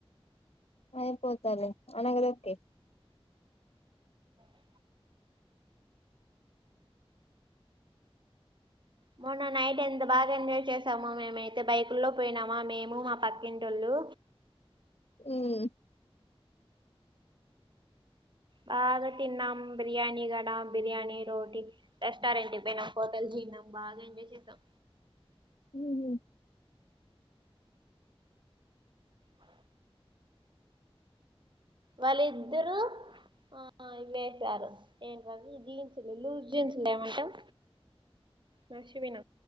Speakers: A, on the left; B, on the right.
A: అయిపోతలే అనగా తొక్కేయి
B: ఆ మొన్న నైట్ ఎంత బాగా ఎంజాయ్ చేసామో మేము అయితే బైకు లో పోయినామా మేము మా పక్కింటోలు
A: ఉం
B: బాగా తిన్నాం బిర్యానీ గడా బిర్యానీ రోటీ రెస్టారెంట్ కి పోయినాం హోటల్ పోయినం. బాగా ఎంజాయ్ చేసాం
A: హు హమ్
B: ఆ వాళ్ళిద్దరు ఆ ఇ వేశారు ఏంటి ఆవి జీన్సులు లూస్ జీన్స్ ఏమంటాం నడిచిపోయిన